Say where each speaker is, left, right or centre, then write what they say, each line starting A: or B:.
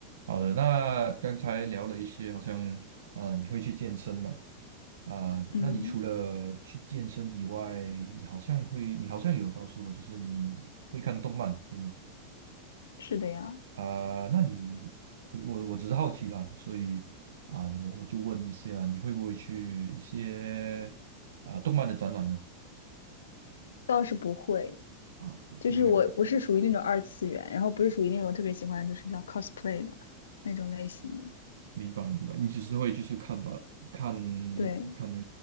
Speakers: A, on the right (about 60°); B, on the left (about 65°).
A: 好的，那刚才聊了一些，好像呃，你会去健身嘛？啊、
B: 嗯，
A: 那你除了去健身以外，你好像会，你好像有告诉我，就是你会看动漫，对吗？
B: 是的呀，
A: 啊、那你我我我只是好奇啦，所以啊、你我我就问一下，你会不会去一些啊、动漫的展览呢？
B: 倒是不会，
A: 啊，不不会吧？
B: 就是我不是属于那种二次元，然后不是属于那种特别喜欢就是叫 cosplay 的那种类型的。
A: 明白明白，你只是会就是看吧，看
B: 对
A: 看的